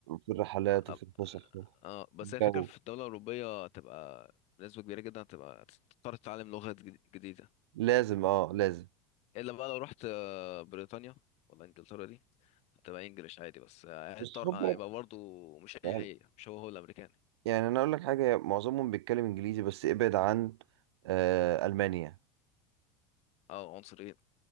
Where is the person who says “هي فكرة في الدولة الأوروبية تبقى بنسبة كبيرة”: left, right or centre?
Left